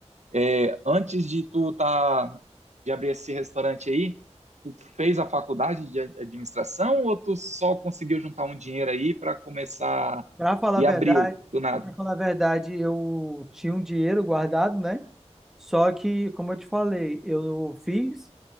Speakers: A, on the right; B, in the centre.
A: É, antes de tu tá, de abrir esse restaurante aí, tu fez a faculdade de ad- administração ou tu só conseguiu juntar um dinheiro aí para começar
B: pra falar
A: e
B: a verdade
A: abriu do nada?
B: Pra falar a verdade, eu tinha um dinheiro guardado, né? Só que, como eu te falei, eu fiz.